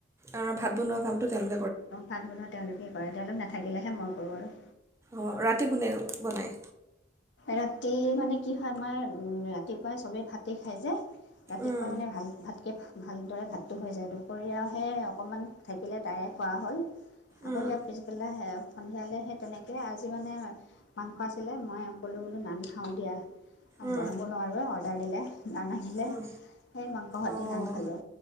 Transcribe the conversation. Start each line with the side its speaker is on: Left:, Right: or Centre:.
Right: আৰু ভাত বনোৱা কামটো তেওঁলো
Left: অ ভাত বনাৱা তেওঁলোকে কৰে তেওঁলোক নাথাকিলেহে মই কৰোঁ আৰু
Right: অঁ ৰাতি কোনে বনায়।
Left: ৰাতি মানে কি হয় আমাৰ উ ৰাতিপুৱাই চবেই ভাতে খাই যে। ৰাতিপুৱা
Right: উম,
Left: মানে ভাল ভাত। ভালদৰে ভাতটো হৈ যায় দুপৰীয়াহে অকণমান থাকিলে তাৰে খোৱা হ'ল। আকৌ
Right: উম,
Left: সেৱা পিছবেলা আহে সন্ধিয়ালৈ সেই তেনেকৈ আজি মানে মাংস আছিলে মই কলো বোলো নান খাওঁ দিয়া।
Right: উম,
Left: বনাব নোৱাৰো অৰ্ডাৰ দিলে নান আনিলে
Right: উম।
Left: সেই মাংস সতে
Right: অঁ
Left: নান খালোঁ